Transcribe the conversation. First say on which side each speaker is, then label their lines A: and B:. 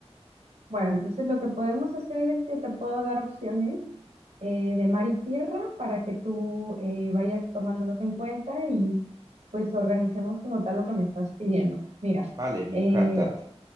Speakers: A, on the right; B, on the right.
A: Bueno, entonces lo que podemos hacer es que te puedo dar opciones eh, de mar y tierra para que tú eh, vayas tomándolos en cuenta y pues organicemos como tal lo que me estás pidiendo. Mira,
B: Vale, me
A: eh,
B: encanta.